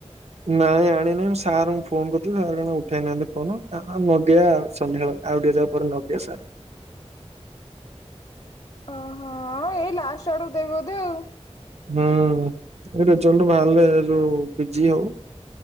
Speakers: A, on the right; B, on the left.
A: ନାଇଁ ଆଣିନାହିଁ, ମୁଁ ସାରଙ୍କୁ ଫୋନ କରୁଥିଲି, ସାର୍ କଣ ଉଠେଇନାହାଁନ୍ତି ଫୋନ, ଆ ମଗେଇଆ ଆଉ। ସନ୍ଧ୍ୟାବେଳେ ଆଉ ଟିକେ ଯାଉ ପରେ ଲଗେଇଆ ସାରଙ୍କୁ।
B: ଓହୋ ଏଇ ଲାଷ୍ଟ ଆଡୁକୁ ଦେବେ ବୋଧେ ଆଉ?
A: ହୁଁ। ଏଇ ରେଜଲ୍ଟ ବାହାରିଲେ ଯୋଉ ପି ଜି ହଉ